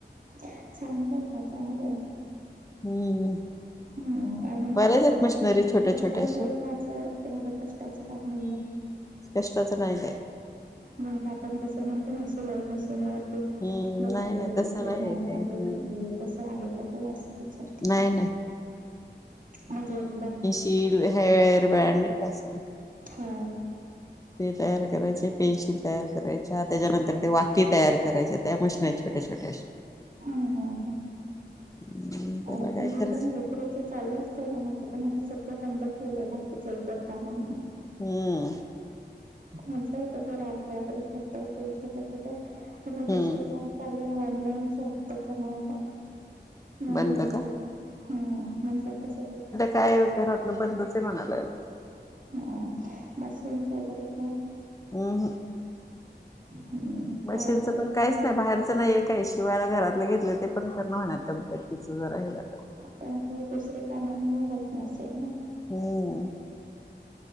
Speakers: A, on the right; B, on the left.
A: चांगलं आहे म चांगलं आहे.
B: हम्म.
A: हम् आणि
B: बऱ्याच
A: खूप
B: आहेत मशनरी छोट्या
A: कष्टाच
B: छोट्या अशा
A: आहे का असं तेवढं कष्टाचं काम नाहीये.
B: कष्टता नाही काय.
A: म्हणजे आ आप जसं म्हणत ना शिलाई मशीिनवर.
B: हम्म
A: बसले
B: नाही नाही
A: होते
B: तसं
A: आपले
B: नाहीये
A: मामपाप
B: काही हम्म
A: हो तस आहे का. काही असं विचारते
B: नाही नाही
A: म्हणजे एक बर
B: की हे हर पडणे कसम.
A: हा.
B: ते तयार करायचे पेन्सिल तयार करायच्या त्याच्यानंतर ते वाती तयार करायच्या त्या मशीिनत छोट्या छोट्या.
A: हम ह
B: हम्म, त्याला
A: आणि तुम्ही
B: काय खर्च
A: पण लक री चालू असतय ना माझं पण आता सध्या बंद ठेवलंय बाकीच्या इतर कामांमुळे.
B: हम्म.
A: म्हंटलं होतं ते राठ्या वगैरे करता येतील छोट्या छोट्या. पण
B: हम्म
A: दुसरं फॉम चालू आहे ऑनलाईनच. त्याच्यामुळे मग नाहीेत
B: बंद का
A: म्हटलं तस ते.
B: कायल घरातलं बंदच आहे म्हणालाल.
A: हो मशीनच वगैरे काय.
B: <unintelligible>
A: हम्म.
B: मशीनचं
A: पाऊस वगैरे
B: पण काहीच
A: पडला
B: नाही बाहेरच. नाही काय शिवायला घरातलं घेतलं ते पण करण म्हबद तिच जरा हे झालं.
A: प ते दुसर कामांमुळे होत नसेल ना.
B: हम्म.